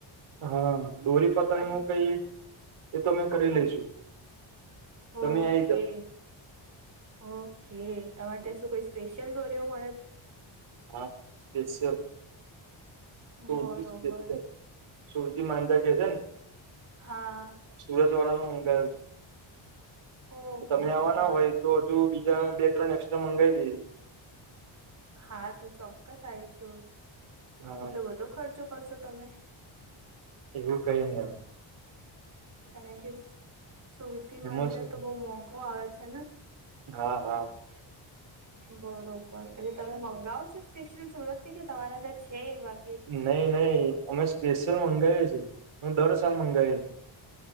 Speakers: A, on the right; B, on the right.
A: હા દોરી પતંગ
B: પછી
A: નું કઈ. એ તો મે કરી
B: હા
A: લઈશું તમે
B: ઓકે
A: આઈ જાઓ
B: ઓકે તમારે ત્યાં શું કઈ સ્પેશિયલ દોરીઓ મળે છે.
A: હા સ્પેશિયલ.
B: બરોબર.
A: સુરતી સ્પેશિયલ સુરતી માંજા કે છે ન.
B: હા.
A: સુરત વાળા નું મંગાયું છે.
B: ઓહો
A: તમે આવાના
B: હો હો
A: હોય તો હજુ બીજા બે ત્રણ એક્સ્ટ્રા મંગાવી દઈએ.
B: હા તો ચોક્કસ આવીશું
A: હા
B: એટલો બધો ખર્ચો કરશો તમે.
A: એવું કઈ નઈ અવે.
B: કારણ કે સુરતી
A: એમાં
B: મંજા
A: શું
B: તો બહુ મોંઘું આવે છે ને.
A: હા હા.
B: <unintelligible> બરોબર એટલે તમે મંગાવો છો સ્પેશિયલ સુરત થી કે તમારા ત્યાં છે એ વા.
A: નહી નહી અમે સ્પેશિયલ મંગાવીએ છેીએ અ દર સાલ મંગાવી છીએ.